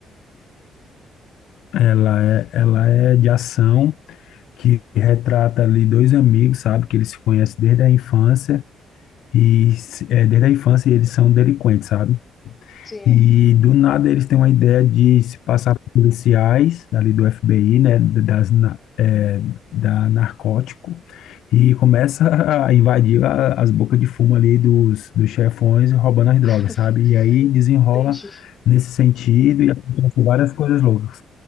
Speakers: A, on the left; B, on the left.
A: Ela é, ela é de ação, que retrata ali dois amigos, sabe? Que eles se conhecem desde a infância. E se- é, desde a infância eles são delinquentes, sabe?
B: Sim,
A: E do nada eles têm uma ideia de se passar por policiais ali do FBI, né? d- Das, na- é, da narcótico. E começa a invadir a- as bocas de fumo ali dos, dos chefões, roubando as drogas,
B: <laughs>
A: sabe? E aí desenrola
B: entendi.
A: nesse sentido e acontece várias coisas loucas